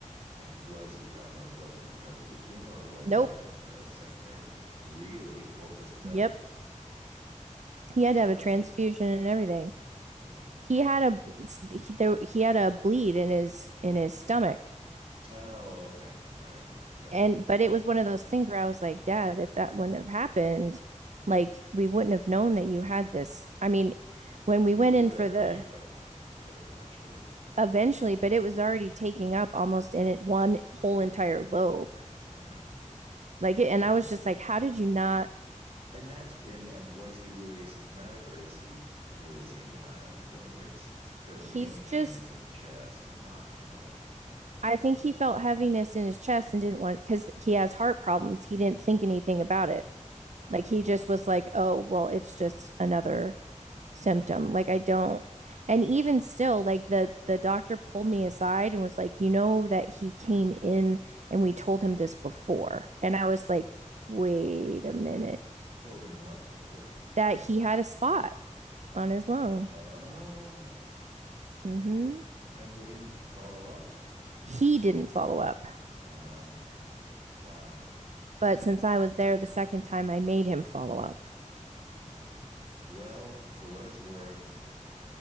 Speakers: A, on the right; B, on the right.
A: And was he coughing up blood because of the tumor, or was
B: Nope.
A: there a, a secondary condition? Really, what was that?
B: Yep. He had
A: What
B: to have
A: was
B: a transfusion
A: it?
B: and everything.
A: Holy
B: He had
A: wow!
B: a he, there, he had a bleed in his in his stomach.
A: Oh, okay, all right. Yep,
B: And
A: yep, yep.
B: but it was one of those things where I was like, Dad, if that wouldn't have happened, like we wouldn't have known that you had this. I mean, when we
A: You
B: went
A: would
B: in for
A: have.
B: the
A: I mean, you would have. You would have eventually.
B: eventually, but it was already taking up almost in it one whole entire lobe.
A: <laughs> Unbelievable.
B: Like and I
A: And
B: was just like, how did you not?
A: and that's and and was he really asymptomatic, or is he or was he in denial and feeling where it's fe-
B: He's
A: feeling heaviness
B: just
A: in his chest and not knowing it?
B: I think he felt heaviness in his chest and didn't want because he has heart problems. He didn't think anything about it.
A: Uh,
B: Like he just was like, oh, well, it's just another symptom. Like I don't and even still like the the doctor pulled me aside and was like, "You know that he came in and we told him this before." And I was like, "Wait a minute.
A: told him what before?
B: That he had a spot on his lung."
A: Oh,
B: Mhm.
A: and they didn't follow up.
B: He didn't follow up.
A: Uh, wow.
B: But since I was there the second time, I made him follow up.
A: Well, for what it's worth,